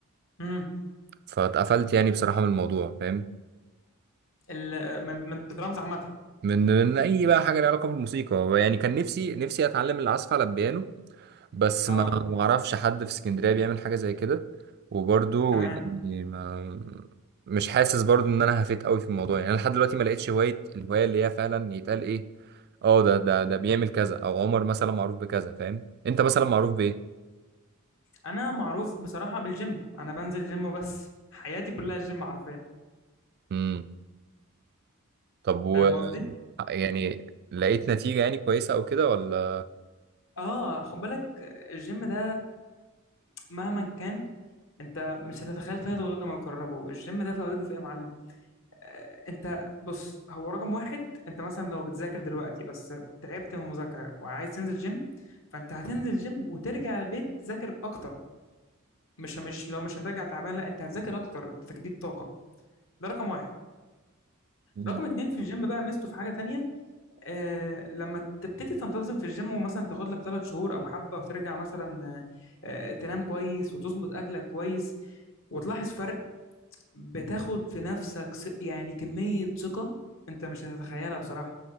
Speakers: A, on the left (about 65°); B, on the right (about 50°).
A: امم
B: فاتقفلت يعني بصراحة من الموضوع فاهم
A: ال- من من الدرامز عامة
B: من من اي بقى حاجة ليها علاقة بالموسيقى يعني كان نفسي نفسي اتعلم العزف على البيانو بس
A: اه
B: ما ما اعرفش حد في اسكندرية بيعمل حاجة زي كده وبرضو
A: تمام
B: يعني ما مش حاسس برضو ان انا هفيت قوي في الموضوع يعني انا لحد دلوقتي ما لقيتش هواية الهواية اللي هي فعلا يتقال ايه اه ده ده ده بيعمل كذا او عمر مثلا معروف بكذا فاهم انت مثلا معروف بايه
A: أنا معروف بصراحة بالجيم أنا بنزل جيم وبس حياتي كلها الجيم حرفيا
B: امم طب و
A: فاهم قصدي؟
B: يعني لقيت نتيجة يعني كويسة او كده ولا
A: اه خد بالك الجيم ده مهما كان انت مش هتتخيل فايده غير لما تجربه الجيم ده فايده في ايه يا معلم آه، انت بص هو رقم واحد انت مثلا لو بتذاكر دلوقتي بس تعبت من المذاكره وعايز تنزل جيم فانت هتنزل جيم وترجع البيت تذاكر اكتر مش مش لو مش هترجع تعبان لا انت هتذاكر اكتر تجديد طاقه ده رقم واحد
B: مم.
A: رقم اتنين في الجيم بقى ميزته في حاجه تانية آه لما تبتدي تنتظم في الجيم ومثلا تاخد لك ثلاث شهور او حبه وترجع مثلا آه آه، تنام كويس وتظبط اكلك كويس وتلاحظ فرق بتاخد في نفسك ث- يعني كمية ثقة انت مش هتتخيلها بصراحة